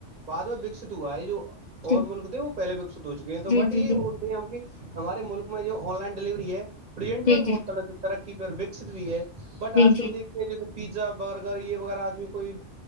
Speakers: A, on the right; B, on the left.
A: بعد میں وکست ہوا ہے جو
B: جی
A: اور ملک تھے وہ پہلے وکست ہو چکے ہیں
B: جی
A: تو بٹ
B: جی
A: یہ
B: جی
A: وہ ہم کہ ہمارے ملک میں جو آن لائن ڈلیوری ہے پرزنٹ
B: جی
A: میں تو
B: جی
A: بہت طرح سے ترقی پہ اور وکست بھی ہے بٹ
B: جی
A: آج کل دیکھتے جیسے پیزا برگر یہ ویرہ آدمی کوئی